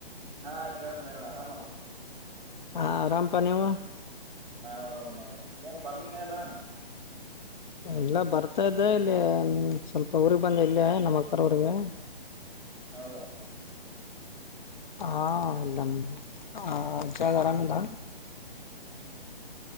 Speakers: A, in the centre; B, on the left.
A: ಹಾ ಕೀಳ್ತದೇಳ ಆರಮಲ.
B: ಹಾ ಆರಾಮ್ಪ ನೀವು
A: ನಾವ್ ಆರಾಮ್ ನೋಡ ಏನ್ ಬರ್ಲ ಇಲ್ಲ.
B: ಎಲ್ಲ ಬರ್ತಾ ಇದ್ದೆ ಇಲ್ಲಿ ಸ್ವಲ್ಪ ಊರಿಗ್ ಬಂದ ಇಲ್ಲೆ ನಮ್ಮಕಾರ ಊರಿಗೆ
A: ಹೌದಾ
B: ಹಾ ಇಲ್ ನಮ್ ಆ ಅಜ್ಜಾಗರಮಿಲ್ಲ
A: ಹ್ಮ